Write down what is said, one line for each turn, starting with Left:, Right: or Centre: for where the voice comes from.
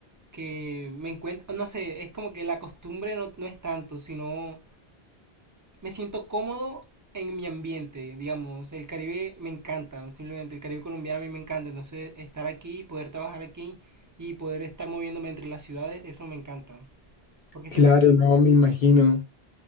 Right: que me encuentro, no sé, es como que la costumbre no, no es tanto, sino me siento cómodo en mi ambiente, digamos, el Caribe me encanta, simplemente el Caribe colombiano a mí me encanta, entonces estar aquí, poder trabajar aquí y poder estar moviéndome entre las ciudades, eso me encanta, porque
Left: Claro,
Right: siempre estoy...
Left: no me imagino.